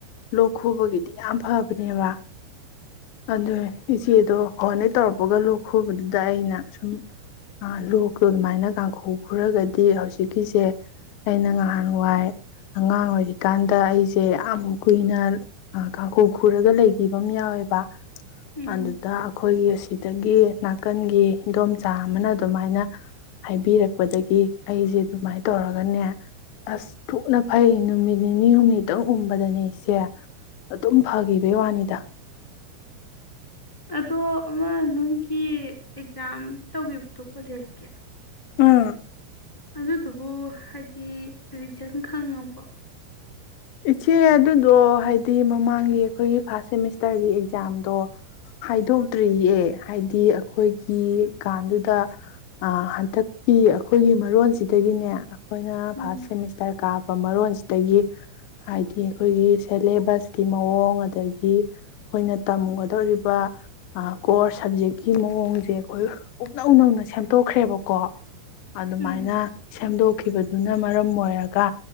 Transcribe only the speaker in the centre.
ꯎꯝ
ꯑꯗꯣ ꯑꯃ ꯅꯣꯏꯒꯤ ꯑꯦꯛꯖꯥꯝ ꯇꯧꯈꯤꯕꯗꯣ ꯀꯣꯂꯦꯖꯀꯤ
ꯑꯗꯨꯗꯨꯕꯨ ꯍꯥꯏꯗꯤ ꯔꯤꯖꯟ ꯈꯪꯉꯕꫭ
ꯎꯝ
ꯎꯝ